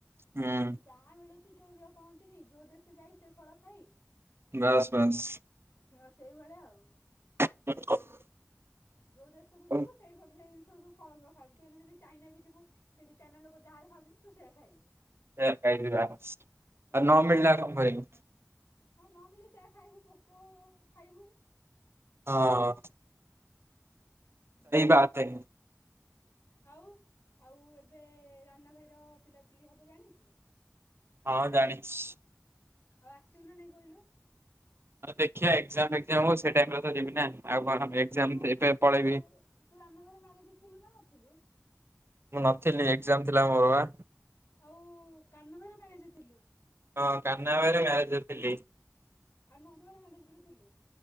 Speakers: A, on the right; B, on the left.
A: ହୁଁ
B: ଯାହା ମିଳୁ ଚି ଯୋଉ କହନ୍ତିନି ଯୋଉ ଦେଶ ଯାଇ ସେ ଫଳ ଖାଇ
A: ବାସ୍ ବାସ୍।
B: ହଁ ସେଇଭଳିଆ ଆଉ।
A: <inaudible>
B: ଯୋଉ ଦେଶକୁ ଯିବୁ
A: ଆଉ
B: ସେଇ ଭଳିଆ ଜିନିଷ ସବୁ <unintelligible> ଖାଇବୁ ତୁ ଯଦି ଚାଇନା ବି ଯିବୁ ସେଇଠି ଚାଇନା ଲୋକ ଯାହା ଖାଉଛନ୍ତି ତୁ ସେୟା ଖାଇବୁ।
A: ସେୟା ଖାଇବି <unintelligible> ଆଉ ନ
B: ତୁ ସେୟା ଖାଇବୁ
A: ମିଳିଲେ
B: ଆଉ
A: କଣ ଖାଇବି।
B: ହଁ ନ ମିଳିଲେ ସେୟା ଖାଇବୁ ପୋକ ଓ- ଖାଇବୁ
A: ହଁ ଅଁ
B: ହୁଁ।
A: ବାତ ହେ
B: ଆଉ ଆଉ ଏବେ ରାନା ଭାଇର ପିଲାପିଲି ହେବ ଜାଣିଚୁ?
A: ହଁ ଜାଣିଛି ଇ।
B: ଆଉ ଆସିବୁ ନା ନାଇଁ କଇଲୁ?
A: ଦେଖିବା ଏକ୍ଜାମ ଫେକଜାମ ହଉ ସେ ଟାଇମ ରେ ତ ଯିବି ନା ଆଉ କଣ ଏଜାମ
B: ତୁ
A: ଏବେ
B: ତୁ
A: ପଳେଇବି।
B: ତୁ ରାନୁ ଘର ମ୍ୟାରେଜ ଥିଲୁ ନା ନଥିଲୁ?
A: ମୁଁ ନଥିଲି ଏକ୍ଜାମ ଥିଲା ମୋର ବା।
B: ଆଉ ଉ କାହ୍ନୁ ଭାଇର ମ୍ୟାରେଜ୍ ରେ ଥିଲୁ?
A: ହଁ କାହ୍ନା ଭାଇର ମ୍ୟାରେଜ୍ ରେ ଥିଲି।
B: ଆଉ ନନ୍ଦ ଭାଇ ମ୍ୟାରେଜ ବି ଥିଲୁ?